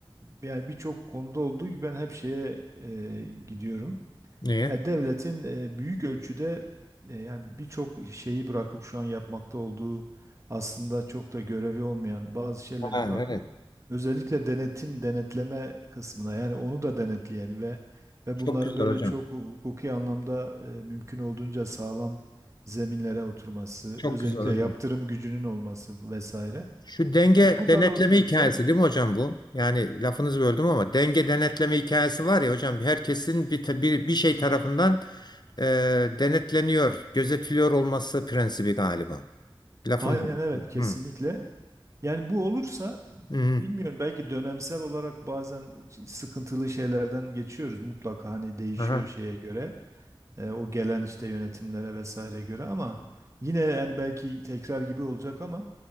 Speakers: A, on the right; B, on the left.
A: yani birçok konuda olduğu gibi ben hep şeye e, gidiyorum.
B: Niye?
A: Ya devletin e, büyük ölçüde e, yani birçok şeyi bırakıp şu an yapmakta olduğu aslında çok da görevi olmayan bazı şeyleri
B: Ha,
A: bırakıp
B: evet.
A: özellikle denetim denetleme kısmına yani onu da denetleyeni ve ve
B: Çok
A: bunların
B: güzel
A: böyle
B: hocam.
A: çok hukuki anlamda e, mümkün olduğunca sağlam zeminlere oturması,
B: Çok
A: özellikle
B: güzel hocam.
A: yaptırım gücünün olması vesaire.
B: Şu denge
A: Yani bunlara
B: denetleme
A: oturursa
B: hikayesi değil mi hocam bu? Yani lafınızı böldüm ama denge denetleme hikayesi var ya hocam herkesin bir ta- bir, bir şey tarafından e, denetleniyor, gözetiliyor olması prensibi galiba. Lafınızı.
A: aynen evet kesinlikle.
B: Hı.
A: Yani bu olursa
B: Hı.
A: Bilmiyorum belki dönemsel olarak bazen sıkıntılı şeylerden geçiyoruz mutlaka hani değişiyor
B: Aha.
A: şeye göre e, o gelen işte yönetimlere vesaire göre ama yine yani belki tekrar gibi olacak ama